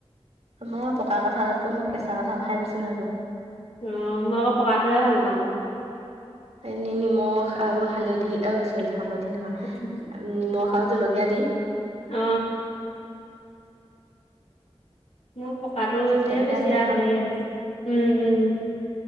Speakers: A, on the right; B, on the left.
A: মই পকা কঁঠালতকৈ মই কেঁচা কঁঠাল খাই বেছি ভাল পাওঁ।
B: অ মই অকৌ পকাটোহে ভাল পাওঁ।
A: এনে নিমখ আৰু হালধি অ চৰি হালধি নহয়
B: আচ্ছা,
A: নিমখ আৰু জলকীয়া দি।
B: অ। মোৰ পকাটো এতি
A: তেনেকে
B: বেছি
A: আমি খাওঁ
B: হেৰি আহে উম উম।